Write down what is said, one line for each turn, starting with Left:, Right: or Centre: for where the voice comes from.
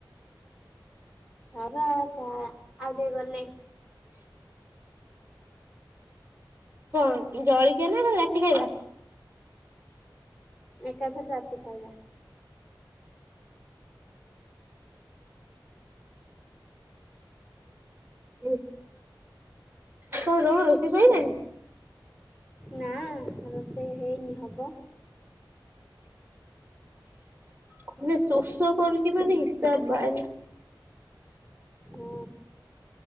Centre: ସାରା ସ ବା ଆଉ ଟିକେ ଗଲେ।
Right: କଣ ଜଳିକିଆ ନା ରାତି ଖାଇବା?
Centre: ଏକାଥରେ ରାତି ଖାଇବା।
Right: ଇ ଚ ର ରୋଷେଇ ସଇଲାଣି?
Centre: ନାଁ ରୋଷେଇ ହେଇନି ହବ।
Right: ମାନେ ଶୋଷ କରୁଚି ମାନେ ହିସାବ ବାଆରେ।
Centre: ଓ।